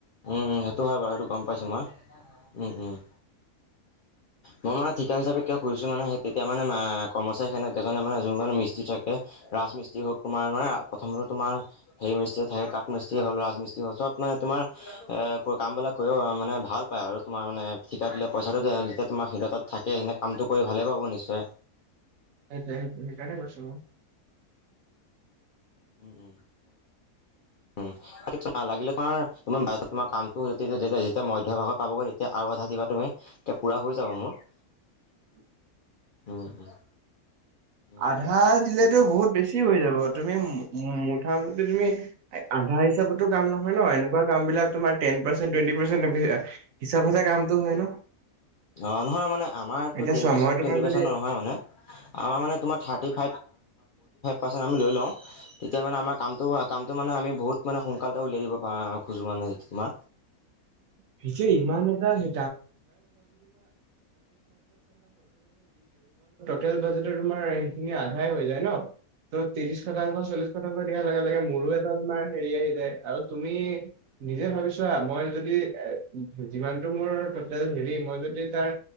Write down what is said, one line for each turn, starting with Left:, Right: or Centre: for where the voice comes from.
Left: উমম সেইটো হয় বাৰু সেইটো গম পাইছো মই উম উম
Right: <unintelligible>
Left: মই মানে ঠিকা হিচাপে কিয়ুজছো মানেেই তেতিয়া মানে কৰ্মচাৰী সেনক এজনে মানে যোন ম মস্ত্ৰী থাকে ৰাজমিস্ত্ৰী হওক তোমাৰ মান প্ৰথমোমাৰ হেৰি মি্ত্ৰীয়ে থাকে কঠমিস্ত্ৰী হ'ল ৰাজমিস্ৰী হ'ল চব আপোনে তোমাৰ এ কামবিলাক কৰিও মানে ভাল পায় আৰু তোমাৰ মানে ঠিকা দিলে পইচাটো যেতিয়া তোমাৰ হিৰতাত থাকে সেনে কামটো কৰি ভালেই পাব নিশ্চয়
Right: সেইট স সেইকাৰনেে কৈছো
Left: উম উম উম উম লাগিলে তোমাৰ তোাৰ ব তোমাৰ কামটো যেতিয়া মধ্য় ভাগত পাবগৈ তেতিয়া আৰু কথা কিবা তুমি এতিয়া পূৰা হৈ যাব মোৰ
Right: <unintelligible>
Left: উম উম উম
Right: আধা দিলেতো বহুত বেছি হৈ যাব তুমি মুঠামি তুমি আধা হিচাপতো কাম নহয় ন এনেকা কাম বিলাক তোমাৰ টেন পাৰ্চ হিচাপ কচ কামটো হয় ন
Left: অ নহয় মানে আমাৰো
Right: এতিয়া
Left: টেন
Right: চোৱা
Left: পাৰ্চুৱেটি
Right: মই তোমাক
Left: পাৰ্চন্
Right: যদি
Left: ন নহয় মানে আমাৰ মানোৰাৰভ ফ লৈ লওঁ তেতিয়া মানে আমাৰ কাম কামটো মানে আমি বহুত মানে সোনকাল উলিয় দিবা খোজো মানে োম
Right: <unintelligible> ই এ মই টেল বাজেট তোমাৰ সেইখিনি আধাই হৈ যায় ন ত তিিশটা চলিশটা দিয়া লাগ লাগে মোৰো এটা তোমাৰ হেৰি আহি যায় আৰু তুমি নিজে ভাবিছা মই যদি এ যিমানতটো মোৰ টেল হেৰি মই যদি তাৰ